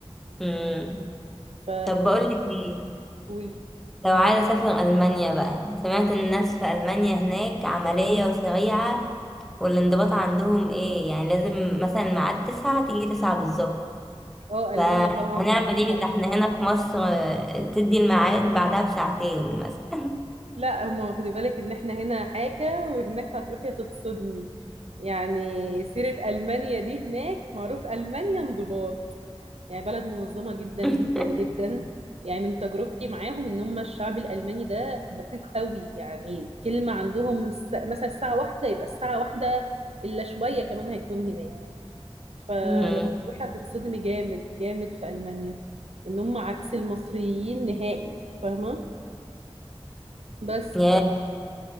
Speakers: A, in the centre; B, on the right (about 80°).
A: مم.
B: ف
A: طب بقولك ايه
B: قولي
A: لو عايزة اسافر ألمانيا بقى سمعت الناس في ألمانيا هناك عملية وسريعة والانضباط عندهم ايه يعني لازم مثلا الميعاد تسعة تيجي تسعة بالظبط
B: اه المانيا
A: فهنعمل
B: طبعا معروفة
A: ايه ده احنا هنا في مصر آه، تدي الميعاد بعدها بساعتين مثلا
B: لا هما خدي بالك ان احنا هنا حاجة وهناك هتروحي تتصدمي يعني سيرة ألمانيا دي هناك معروف ألمانيا انضباط يعني بلد منظمة جدا
A: <laughs>
B: جدا جدا يعني من تجربتي معاهم ان هم الشعب الألماني ده دقيق قوي يعني كلمة عندهم الس- مثلا الساعة واحدة يبقى الساعة واحدة إلا شوية كمان هيكون هناك فلما
A: مم.
B: تروحي هتتصدمي جامد جامد في ألمانيا ان هم عكس المصريين نهائي فاهمة بس
A: يا